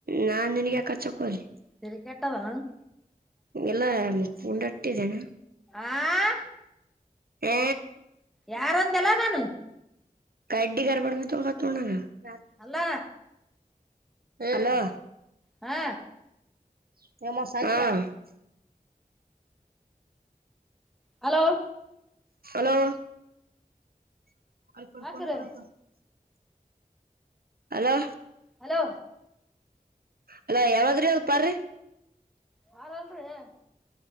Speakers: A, on the right; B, in the centre.
A: ನಾನ್ ನನಗೆ ಕಚ್ಚಕೊಗ್ಲಿ.
B: ತಳಿ ಕೆಟ್ಟದಾ
A: ಎಲ್ಲ ಉಂಡಟ್ಟಿದ್ದೇನ
B: ಆ. ಹ. <inaudible>
A: ಏ
B: ಯಾರೊಂದಲ್ಲ ನಾನು.
A: ಕಾಯಡ್ಡಿಗಾರ. <unintelligible>
B: ಅಲ್ಲ.
A: ಹಲೋ.
B: ಹಾ.
A: <unintelligible>
B: ಹಲೋ.
A: ಹಲೋ. <unintelligible>
B: ಹಾಕ್ರಿ
A: ಅಲೋ
B: ಹಲೋ
A: ಅಲ್ಲಾ ಯಾವದ್ರ ಅ ಪಾರಿ.
B: ಯಾರ ಅಲ್ರಿ.